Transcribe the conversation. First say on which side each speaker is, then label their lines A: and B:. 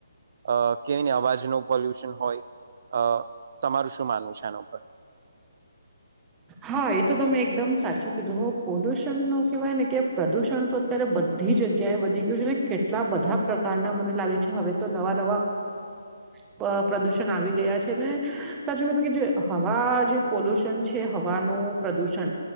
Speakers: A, on the right (about 50°); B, on the right (about 15°).
A: અ કેઈ ને અવાજનું પોલ્યુશન હોય અ, તમારું શું માનવું છે આના ઉપર?
B: હા એ તો તમે એકદમ સાચું કીધું હો. પોલ્યુશનનો કહેવાય ને કે પ્રદુષણ તો અત્યારે બધ બધી જગ્યાએ વધી ગયું છે. ને કેટલા બધા પ્રકારના મને લાગે છે હવે તો નવા નવા <inaudible> અ પ્રદુષણ આવી ગયા છે ને સાચું કીધું કે જે હવા જે પોલ્યુશન છે. હવાનું પ્રદૂષન.